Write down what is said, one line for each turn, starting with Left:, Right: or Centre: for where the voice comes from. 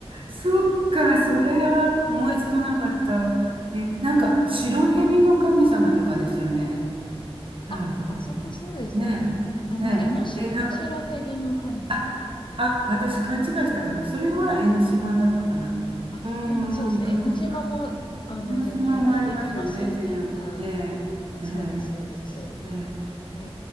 Right: そっか、それは思いつかなかった。
Left: <laughs>
Right: え、なんか、白蛇の神様とかですよね。なんか、
Left: あ、あそこそうでしたっけあの、
Right: ねえ、ねえ。
Left: 江ノ島は白蛇の神様。
Right: で、なんか、あ、あ、私勘違いしたかな。それは江ノ島だったかな。
Left: あ、
Right: うーん、
Left: でもそうですね。
Right: 鎌倉
Left: 江ノ島も、あの、
Right: 江ノ島もありますよね、
Left: 銭洗いできますよね。
Right: 全然。
Left: うん。
Right: ええ、
Left: そうです、
Right: ええ、
Left: そうです。
Right: ええ、
Left: え